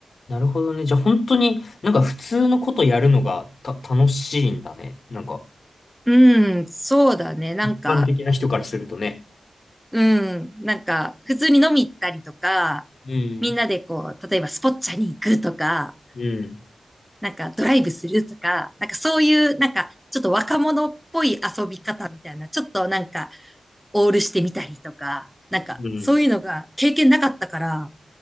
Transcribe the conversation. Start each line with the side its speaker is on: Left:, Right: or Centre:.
Left: なるほどね。じゃあ本当になんか普通のことやるのがた、楽しいんだね。なんか
Centre: うん、そうだね。なんか、
Left: 一般的な人からするとね。
Centre: うん。なんか、普通に飲み行ったりとか、
Left: うん。
Centre: みんなでこう、例えばスポッチャに行くとか、
Left: うん、
Centre: なんかドライブするとか、なんかそういう、なんかちょっと若者っぽい遊び方みたいな、ちょっとなんかオールしてみたりとか、なんかそういうのが経験なかったから、
Left: うん、